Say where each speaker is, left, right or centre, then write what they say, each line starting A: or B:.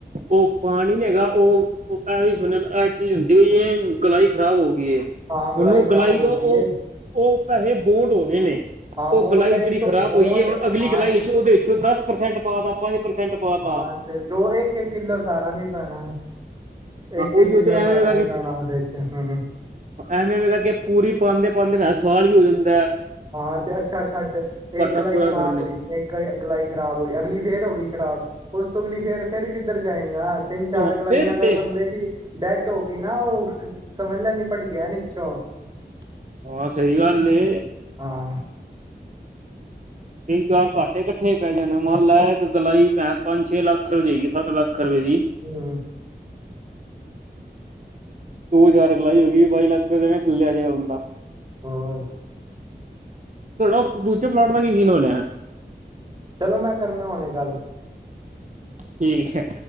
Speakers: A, on the right; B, on the right.
A: ਉਹ ਪਾਣੀ ਨ ਹੈਗਾ ਉਹ । ਉਹ ਐ ਵੀ ਸੁਣਿਆ ਐ। ਚੀਜ਼ ਹੁੰਦੀ ਇਹ ਗਲਾਈ ਖਰਾਬ ਹੋ ।
B: ਹਾਂ
A: ਉਹਨੂੰ
B: ਖ਼ਰਾਬ
A: ਗਲਾਈ
B: ਹੋ ਗਈ
A: ਤੋਂ ਉਹ
B: ਹੈ
A: ਉਹ ਪੈਸੇ ਬੋਂਡ ਹੋ ਗਏ ਨੇ ।
B: ਹਾਂ
A: ਉਹ
B: ਬੋਂਡ
A: ਗਲਾਈ ਜਿਹੜੀ
B: ਆਈ ਤੋਂ
A: ਖਰਾਬ
B: ਬੋਂਡ
A: ਹੋਈ ਹੈ । ਹੁਣ ਅਗਲੀ
B: ਹਾਂ
A: ਗਲਾਈ
B: ਤੇ
A: ਚ ਉਹਦੇ ਵਿੱਚੋਂ ਦਸ ਪ੍ਰਸੈਂਟ ਪਾ ਤਾਂ ਪੰਜ ਪ੍ਰਸੈਂਟ ਪਾ
B: ਹਾਂ
A: ਤਾਂ ।
B: ਤੇ ਦੋ ਇੱਕ । ਇੱਕ ਕਿੱਲੋ ਸਾਰਾ ਨੀ ਪੈਣਾ ।
A: ਹਾਂ
B: ਇੱਕ
A: ਉਹੀਓ
B: ਇੱਕ ਕਿੱਲੋ
A: ਤੇ ਐਵੇਂ
B: ਸਾਰਾ
A: ਕਰਕੇ
B: ਨੀ ਪੈਣਾ ਉਹਦੇ ਚ ਹਮ ।
A: ਐਵੇਂ ਵੀ ਕਰਕੇ ਪੂਰੀ ਪਾਉਂਦੇ ਪਾਉਂਦੇ ਮੈ ਸਵਾਲ ਵੀ ਹੋ ਜਾਂਦਾ ।
B: ਹਾਂ ਤੇ ਅੱਛਾ ਛੱਡ
A: ਘਾਟਾ
B: ।ਇੱਕ ਗਲਾਈ
A: ਪੂਰਾ
B: ਖ਼ਰਾਬ
A: ਕਰਨ
B: ਹੋਈ।
A: ਵਿੱਚ
B: ਇੱਕ ਗਲਾਈ ਖ਼ਰਾਬ ਹੋਈ ।ਅਗਲੀ ਫੇਰ ਹੋ ਗਈ ਖਰਾਬ । ਉਸ ਤੋਂ ਅਗਲੀ ਫੇਰ । ਫਿਰ ਕਿੱਧਰ ਜਾਏਗਾ ਤਿੰਨ ਚਾਰ
A: ਉਹ
B: ਕਲਾਈਆਂ
A: ਫਿਰ
B: ਅਗਰ
A: ਤੇ
B: ਬੰਦੇ ਸੀ । ਡੈਡ ਹੋ ਗਈ ਨਾ । ਉਹ ਸਮਝ ਲੈਂਦੀ ਭਟ ਗਿਆ ਨੀਛੋਂ ।
A: ਹਾਂ ਸਹੀ ਗੱਲ ਏ।
B: ਹਾਂ । ਹਾਂ।
A: ਤਿੰਨ ਚਾਰ ਘਾਟੇ ਇਕੱਠੇ ਪੈ ਜਾਣੇ । ਮੰਨ ਲੈ ਇੱਕ ਗੋਲਾਈ ਹੀ ਪੰਜ ਛੇ ਲੱਖ ਰੁਪਏ ਜਾਏਗੀ ਸੱਤ ਲੱਖ । ਲਖ ਰੁਪਏ ਦੀ
B: ਹੂੰ
A: ਦੋ ਚਾਰ ਕਲਾਈ ਹੋ ਗਈ । ਬਾਈ ਲੱਖ ਰੁਪਏ ਮਵੇ ਥੱਲੇ ਆਜੈਗਾ ਬੰਦਾ ।
B: ਹੋਰ ।
A: ਚਲੋ ਦੂਜੇ ਪਲਾਟ ਦਾ ਕੀ ਸੀਨ ਬਣਿਆ?
B: ਚਲੋ ਮੈਂ ਕਰਨਾ ਹੁਣੇ ਗੱਲ
A: ਠੀਕ ਹੈ